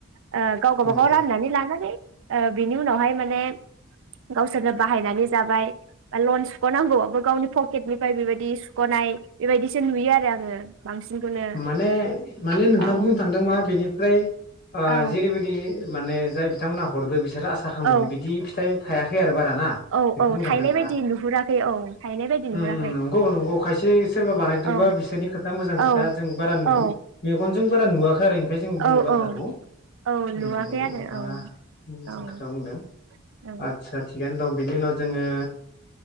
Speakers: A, on the right; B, on the left.
A: ओ गाव गाबागाव
B: नंगौ
A: राननानै लानानै ओ बेनि उनावहाय माने गावसोरनो बाहायनानै जाबाय बा लन सुखनांगौबाबो गावनि पकेटनिफ्राय बेबायदि सुखनाय बेबायदिसो नुयो आरो आङो बांसिनखौनो
B: माने माने नोंथाङा
A: औ
B: बुंनो थांदों मा बेनि फ्राय ओ
A: औ
B: जेरैबायदि माने जाय बिथांमोना हरदों बि सोर आसा खालामदोंमोन
A: औ
B: बिदि फिथाइ थायाखै आरो बारा ना
A: औ
B: बेखौ
A: औ
B: बुंनो
A: थायनाय
B: थांदों नोंथाङा।
A: बायदि नुहुराखै औ थायनाय बायदि
B: उम
A: नुहुराखै
B: नंगौ नंगौ खायसे सोरबा बानायदोंबा
A: औ
B: बिसोरनि खोथा मोजां खो
A: औ
B: जों बारा नुहुर
A: औ
B: मेगनजों बारा नुवाखै आरो ओमफ्राय जों बुंदों
A: औ
B: बाथ्राखौ
A: औ
B: उम
A: औ नुवाखै
B: नंगौ
A: आरो
B: नोंथाङा
A: औ
B: मोजां
A: औ
B: खोथा बुंदों
A: औ
B: आदसा थिगानो दं। बिनि उनाव जोङो